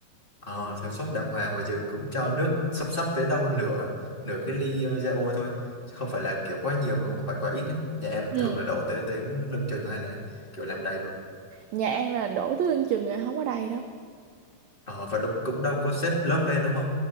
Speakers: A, on the left; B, on the right.
A: ờ thùng xốp đàng hoàng và trường cũng cho nước sắp sắp tới đâu nửa nửa cái ly uh, ra thôi Chứ không phải là kiểu quá nhiều mà cũng không phải quá ít đấy nhà em
B: ừ.
A: thường là đổ tới tới lưng chừng hay là kiểu làm đầy luôn
B: nhà An là đổ tới lưng chừng à, không có đầy đâu
A: ờ và đúng, cũng đâu có xếp lớp lên đúng không